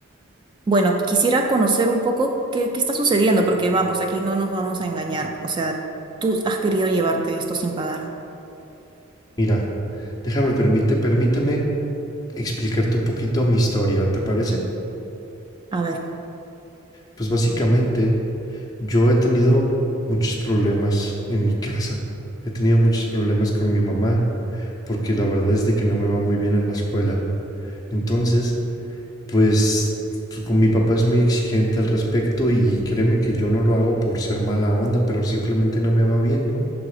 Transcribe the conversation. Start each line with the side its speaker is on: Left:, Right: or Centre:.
Right: Bueno, quisiera conocer un poco qué, qué está sucediendo, porque vamos, aquí no nos vamos a engañar. O sea, tú has querido llevarte esto sin pagar.
Left: Mira, déjame, permite, permíteme explicarte un poquito mi historia, ¿te parece?
Right: A ver,
Left: Pues básicamente yo he tenido muchos problemas en mi casa. He tenido muchos problemas con mi mamá porque la verdad es de que no me va muy bien en la escuela. Entonces, Pues pues, con mi papá es muy exigente al respecto y créeme que yo no lo hago por ser mala onda, pero simplemente no me va bien, ¿no?